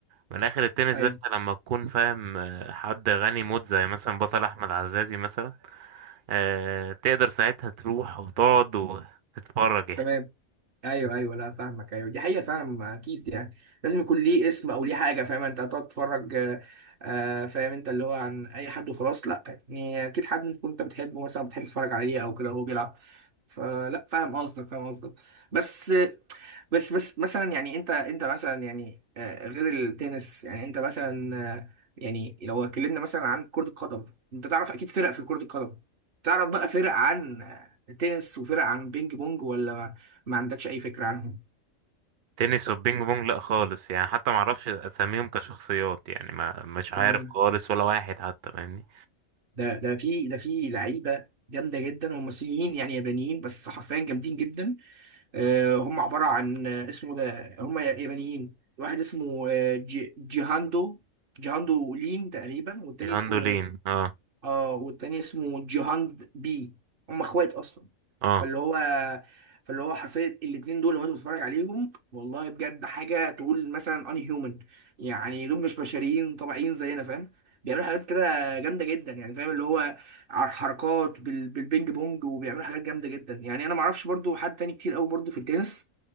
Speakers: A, on the right; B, on the right.
A: من الاخر التنس
B: ايوه
A: ده انت لما تكون فاهم آه، حد غني موت زي مثلا بطل احمد عزازي مثلا أه تقدر ساعتها تروح وتقعد وتتفرج يعني.
B: تمام ايوه ايوه لا فاهمك ايوه دي حقيقه فعلا ما اكيد يعني لازم يكون ليه اسم او ليه حاجه فاهم انت هتقعد تتفرج آه، آه، فاهم انت اللي هو عن اي حد وخلاص لا يعني اكيد حد تكون انت بتحبه مثلا بتحب تتفرج عليه او كده وهو بيلعب فلا فاهم قصدك فاهم قصدك بس بس بس مثلا يعني انت انت مثلا يعني آه، غير التنس يعني انت مثلا آه، يعني لو اتكلمنا مثلا عن كرة القدم انت تعرف اكيد فرق في كرة القدم تعرف بقى فرق عن آه، تنس وفرق عن بينج بونج ولا ما, ما عندكش اي فكرة عنهم
A: تنس والبينج بونج لا خالص يعني حتى ما اعرفش اساميهم كشخصيات يعني ما مش عارف
B: تمام
A: خالص ولا واحد حتى فاهمني
B: ده ده في ده في لعيبة جامدة جدا هم صينيين يعني يابانيين بس حرفيا جامدين جدا آه، هم عبارة عن آه، اسمه ده هم يابانيين واحد اسمه آه، جي جيهاندو جيهاندو لين تقريبا والتاني
A: جاندولين
B: اسمه
A: اه
B: اه والتاني اسمه جيهان بي هم اخوات اصلا
A: اه
B: فاللي هو فاللي هو حرفيا الاتنين دول لو انت بتتفرج عليهم والله بجد حاجه تقول مثلا ان هيومن يعني دول مش بشريين طبيعيين زينا فاهم بيعملوا حاجات كده جامده جدا يعني فاهم اللي هو ع- حركات بال... بالبينج بونج وبيعملوا حاجات جامده جدا يعني انا ما اعرفش برضو حد تاني كتير قوي برضو في التنس